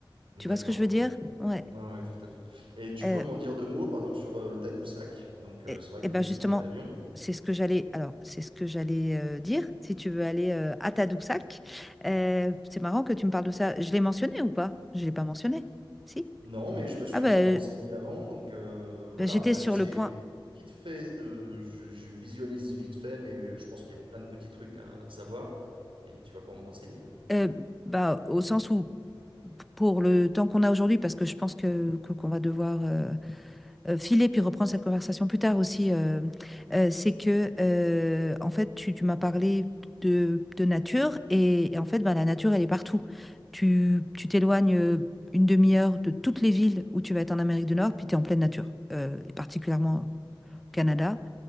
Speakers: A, on the right; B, in the centre.
A: D'accord,
B: Tu vois ce que je veux
A: ok.
B: dire? Ouais.
A: Ouais, ouais, tout à fait. Et tu
B: euh,
A: peux m'en dire deux mots, par exemple, sur euh, Tadoussac. Donc, euh,
B: Eh,
A: c'est vrai que
B: eh
A: du
B: ben
A: coup,
B: justement,
A: je prendrais l'avion.
B: c'est ce que j'allais. Alors, c'est ce que j'allais euh, dire. Si tu veux aller euh, à Tadoussac, Euh, c'est marrant que tu me parles de ça. Je l'ai mentionné ou pas? Je l'ai pas mentionné. Si?
A: Non, mais je me suis
B: Ah
A: un
B: ben,
A: petit peu renseigné avant, donc euh, voilà.
B: ben, j'étais
A: Après,
B: sur
A: je sais
B: le point.
A: vite fait de, je, je visualise vite fait, mais je pense qu'il y a plein de petits trucs à, à savoir et tu vas pouvoir me renseigner.
B: euh, bah, au sens où p- pour le temps qu'on a aujourd'hui, parce que je pense que que- qu'on va devoir euh, euh, filer puis reprendre cette conversation plus tard aussi, euh, euh, c'est que, euh, en fait, tu, tu m'as parlé de, de nature et, et en fait, ben, la nature, elle est partout. Tu, tu t'éloignes euh, une demi-heure de toutes les villes où tu vas être en Amérique du Nord, puis tu es en pleine nature, euh, et particulièrement au Canada.